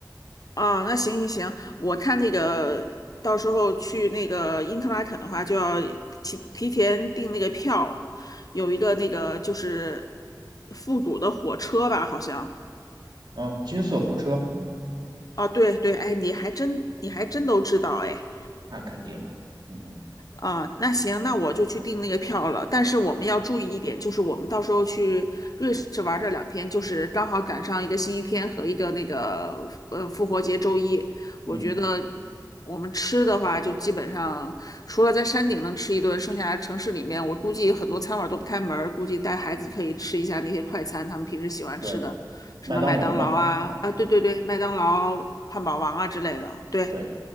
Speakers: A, on the left (about 55°); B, on the right (about 80°).
A: 啊，那行行行，我看那个到时候去那个因特拉肯的话，就要提提前订那个票，有一个那个就是复古的火车吧，好像。
B: 嗯，金色火车
A: 啊，对对，哎，你还真你还真都知道哎。
B: 那肯定的，嗯嗯
A: 啊，那行，那我就去订那个票了。但是我们要注意一点，就是我们到时候去瑞士玩这两天，就是刚好赶上一个星期天和一个那个呃复活节周一。我觉得
B: 嗯，
A: 我们吃的话，就基本上除了在山顶能吃一顿，剩下城市里面，我估计很多餐馆都不开门儿估计带孩子可以吃一下那些快餐，他们平时喜欢吃的，
B: 对，
A: 什么麦当劳啊，
B: 麦当劳嘛，
A: 啊，对对对，麦当劳、汉堡王啊之类的，对。
B: 对。